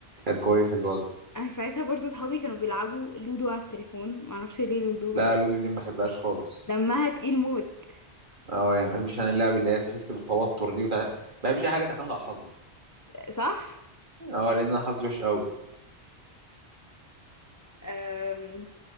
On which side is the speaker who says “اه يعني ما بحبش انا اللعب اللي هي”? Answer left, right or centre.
Right